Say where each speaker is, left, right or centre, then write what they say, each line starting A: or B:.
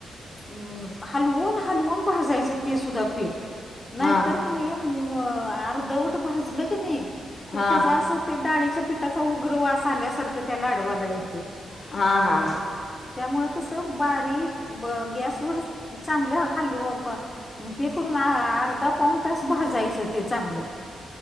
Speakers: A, on the left; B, on the left.
A: हम् हलवून हलवून भाजायचं ते सुद्धा पीठ नाहीतर
B: हा
A: क नाही म अर्धवट भाजलं क नाही तर
B: हा
A: त्याच अस ते डाळीच्या पिठाचा उग्रवास आल्यासारखं त्याला लाडवाला येत.
B: हा हा.
A: त्यामुळ कस बारीक ब- गॅसवरच चांगलं खाल हे करून आ-आर्धा पाऊन तास भाजायचं ते चांगलं.